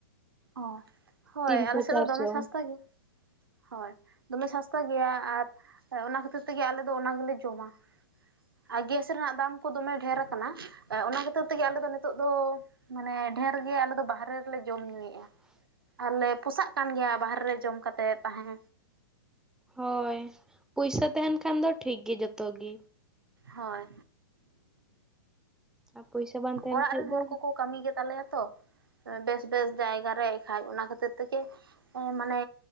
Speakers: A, on the right; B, in the centre.
A: ᱚ, ᱦᱳᱭ
B: ᱛᱤᱱᱥᱚ
A: ᱟᱞᱮ ᱥᱮᱫ
B: ᱪᱟᱨᱥᱚ
A: ᱫᱚ ᱫᱚᱢᱮ ᱥᱟᱥᱛᱟ ᱜᱮᱭᱟ ᱦᱳᱭ ᱫᱚᱢᱮ ᱥᱚᱥᱛᱟ ᱜᱮᱭᱟ ᱟᱨ ᱚᱱᱟ ᱠᱷᱟᱹᱛᱤᱨ ᱛᱮᱜᱮ ᱟᱞᱮ ᱫᱚ ᱚᱱᱟ ᱜᱮᱞᱮ ᱡᱚᱢᱟ ᱟᱨ ᱜᱮᱥ ᱨᱮᱱᱟᱜ ᱫᱟᱢ ᱠᱚ ᱫᱚᱢᱮ ᱰᱷᱮᱨ ᱠᱟᱱᱟ, ᱚᱱᱟ ᱠᱷᱟᱹᱛᱤᱨ ᱛᱮᱜᱮ ᱟᱞᱮ ᱫᱚ ᱱᱤᱛᱚᱜ ᱫᱚ ᱢᱟᱱᱮ ᱰᱷᱮᱨ ᱜᱮ ᱟᱞᱮ ᱫᱚ ᱵᱟᱦᱨᱮ ᱨᱮᱞᱮ ᱡᱚᱢ ᱢᱮᱜ-ᱟ, ᱟᱨᱞᱮ ᱯᱚᱥᱟᱜ ᱠᱟᱱ ᱜᱮᱭᱟ ᱵᱟᱦᱨᱮ ᱨᱮ ᱡᱚᱢ ᱠᱟᱛᱮᱫ ᱛᱟᱦᱮᱸ
B: ᱦᱳᱭ, ᱯᱩᱭᱥᱟᱹ ᱛᱟᱦᱮᱱ ᱠᱷᱟᱱ ᱫᱚ ᱴᱷᱤᱠ ᱜᱮ ᱡᱚᱛᱚ ᱜᱮ
A: ᱦᱳᱭ,
B: ᱟᱨ ᱯᱩᱭᱥᱟᱹ ᱵᱟᱝ ᱛᱟᱦᱮᱱ
A: ᱚᱲᱟᱜ
B: ᱠᱷᱟᱡ
A: ᱨᱮᱱ
B: ᱫᱚ
A: ᱦᱚᱲ ᱠᱚᱠᱚ ᱠᱟᱹᱢᱤ ᱜᱮᱛᱟᱞᱮᱭᱟ ᱛᱚ ᱵᱮᱥ ᱵᱮᱥ ᱡᱟᱭᱜᱟ ᱨᱮ ᱮᱱᱠᱷᱟᱡ ᱚᱱᱟ ᱠᱷᱟᱹᱛᱤᱨ ᱛᱮᱜᱮ ᱦᱮᱸ, ᱢᱟᱱᱮ